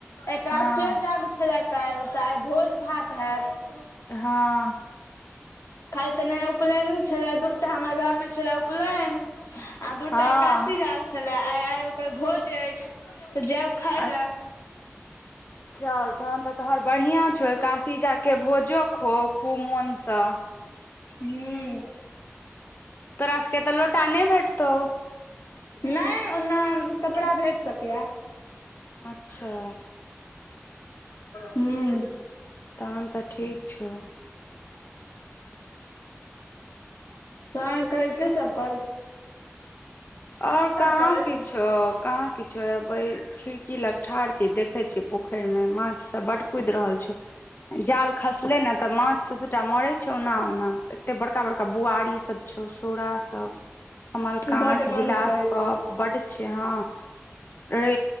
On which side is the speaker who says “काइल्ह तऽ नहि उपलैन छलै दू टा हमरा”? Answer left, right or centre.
Left